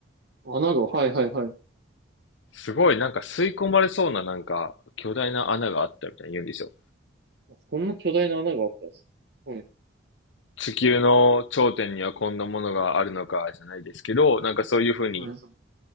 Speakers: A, on the right; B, on the left.
A: 穴が、はいはいはい。
B: すごいなんか吸い込まれそうななんか巨大な穴があったみたいに言うんですよ。
A: こんな巨大な穴があったんです。はい。
B: 地球の頂点にはこんなものがあるのかじゃないですけど、なんかそういうふうに
A: はい。